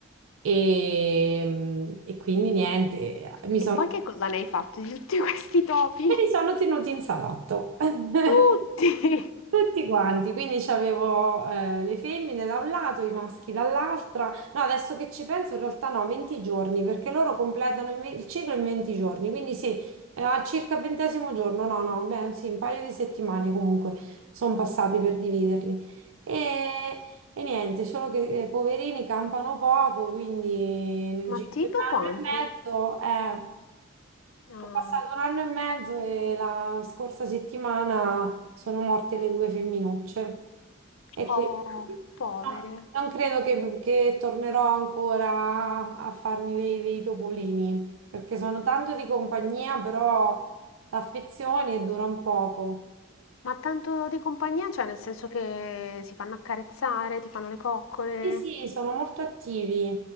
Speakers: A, on the right; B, on the left.
A: e, e quindi niente, mi
B: E
A: sono,
B: poi che cosa ne hai fatto di tutti <laughs> questi topi?
A: me li sono tenuti in salotto. <laughs>
B: Tutti!
A: Tutti quanti, quindi c'avevo eh, le femmine da un lato, i maschi dall'altra. No, adesso che ci penso, in realtà no, 20 giorni, perché loro completano il, ve- il ciclo in 20 giorni, quindi sì, eh, al circa il ventesimo giorno, no, no, beh, sì, un paio di settimane comunque sono passate per dividerli. E, e niente, solo che eh, poverini campano poco, quindi nel
B: Ma
A: giro
B: tipo
A: di un anno
B: quanto?
A: e mezzo, eh.
B: Ah,
A: È passato un anno e mezzo e la scorsa settimana sono morte le due femminucce. E
B: oh,
A: quindi
B: povere.
A: no, non credo che, che tornerò ancora a farmi dei, dei topolini, perché sono tanto di compagnia, però d'affezioni e durano poco.
B: Ma tanto di compagnia, cioè nel senso che si fanno accarezzare, ti fanno le coccole.
A: Sì, sì, sono molto attivi,